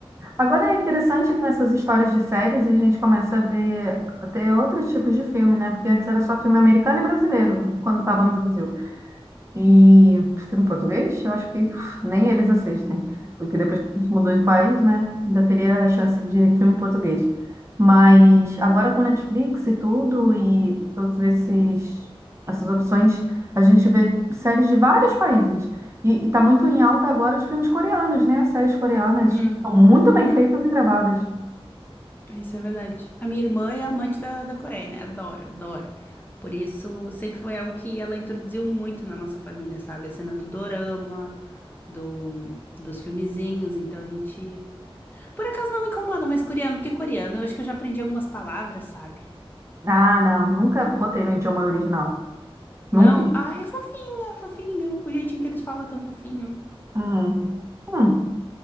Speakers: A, on the right (about 30°); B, on the left (about 20°).
A: Agora é interessante que nessas histórias de séries a gente começa a ver até outros tipos de filme, né? Porque antes era só filme americano e brasileiro, quando estava
B: Uhum.
A: no Brasil. E filme português, eu acho que uf, nem eles assistem, porque depois que a gente mudou de país, né, ainda teria a chance de filme português. Mas agora com Netflix e tudo, e todos esses, essas opções, a gente vê séries de vários países. E, e tá muito em alta agora os filmes coreanos, né? As séries coreanas
B: Uhum,
A: são muito
B: uhum.
A: bem feitas e gravadas.
B: Isso é verdade. A minha irmã é amante da, da Coreia, né? Adora, adora. Por isso, sempre foi algo que ela introduziu muito na nossa família, sabe? A cena do dorama, do, dos filmezinhos. Então a gente. Por acaso não me incomoda mais coreano, porque coreano eu acho que eu já aprendi algumas palavras, sabe?
A: Ah, não, nunca botei no idioma original.
B: Não,
A: Nunca.
B: ai, é fofinho, é fofinho. O jeitinho que eles falam é tão fofinho.
A: Hum. Hum.